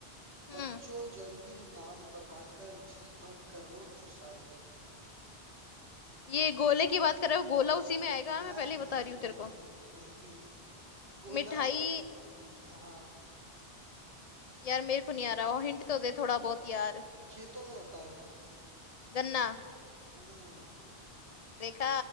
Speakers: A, on the left; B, on the right.
A: हम्म
B: बच्चों जल्दी नाम बताकर जी भर करो चुसाई
A: ये गोले की बात कर रहे हो गोला उसी में आएगा मैं
B: नहीं
A: पहले ही बता रही हूँ
B: नहीं
A: तेरे को
B: नहीं गोला
A: मिठाई
B: हाँ
A: यार मेरे को नहीं आ रहा हिंट तो दे थोड़ा बहुत यार
B: खेतों में होता है
A: गन्ना
B: हम्म
A: देखा